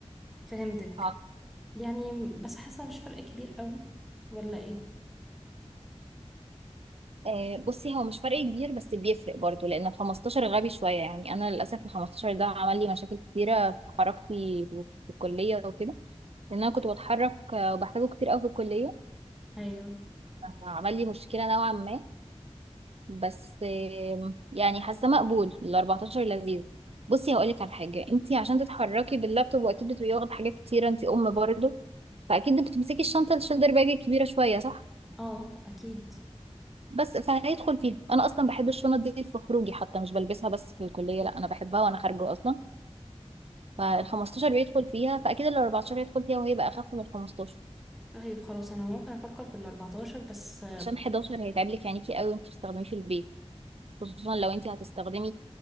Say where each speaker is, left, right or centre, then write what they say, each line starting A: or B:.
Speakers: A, in the centre; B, on the right.
A: فهمتك
B: أعتقد.
A: يعني بس حاسه مش فرق كبير قوي ولا ايه
B: آه بصي هو مش فرق كبير بس بيفرق برضو لان ال 15 غبي شويه يعني انا للاسف ال 15 ده عمل لي مشاكل كتيره في حركتي في الكليه وكده لان انا كنت بتحرك آه، وبحتاجه كتير قوي في الكليه
A: ايوه
B: عمل لي مشكله نوعا ما بس آم، يعني حاسه مقبول ال 14 لذيذ بصي هقولك على حاجه انت عشان تتحركي باللابتوب واكيد بتبقي واخده حاجات كتيره انت ام برضه فاكيد بتمسكي الشنطه الشولدر باج الكبيره شويه صح
A: اه اكيد
B: بس فهيدخل فيها انا اصلا بحب الشنط دي في خروجي حتى مش بلبسها بس في الكليه لا انا بحبها وانا خارجه اصلا فال 15 بيدخل فيها فاكيد ال 14 هيدخل فيها وهي بقى اخف من ال 15
A: طيب خلاص انا ممكن افكر في الاربعتاشر بس
B: عشان 11 هيتعب لك عينيكي قوي وانت بتستخدميه في البيت خصوصا لو انت هتستخدمي